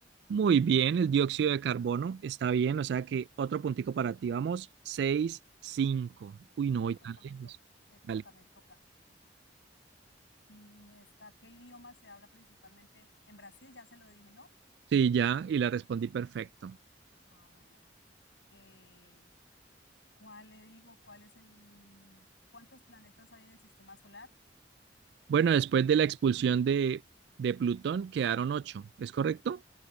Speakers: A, on the right (about 65°); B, on the left (about 75°).
A: Muy bien, el dióxido de carbono está bien, o sea que otro puntico para ti. Vamos, 6 5. Uy, no voy
B: me toca,
A: tan
B: me
A: lejos.
B: toca, me toca,
A: Dale.
B: me toca. Mm, Está, ¿qué idioma se habla principalmente en Brasil? Ya se lo dije, ¿no?
A: Sí, ya, y la respondí perfecto.
B: Ah, bueno. Eh, ¿cuál le digo? ¿Cuál es el... ¿Cuántos planetas hay en el sistema solar?
A: Bueno, después de la expulsión de, de Plutón quedaron 8, ¿es correcto?